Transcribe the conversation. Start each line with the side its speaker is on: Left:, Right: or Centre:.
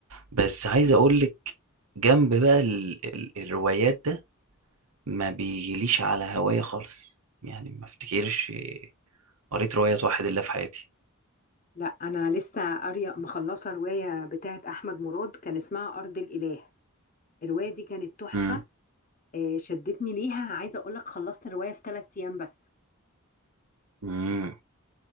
Right: بس عايز اقول لك جنب بقى ال ال الروايات ده ما بيجيليش على هوايه خالص يعني ما افتكرش قريت رواية واحد الا في حياتي
Left: لا انا لسه قاريه مخلصه روايه بتاعت احمد مراد كان اسمها ارض الاله الروايه دي كانت تحفه
Right: امم
Left: آه، شدتني ليها عايزه اقول لك خلصت الروايه في ثلاث ايام بس
Right: امم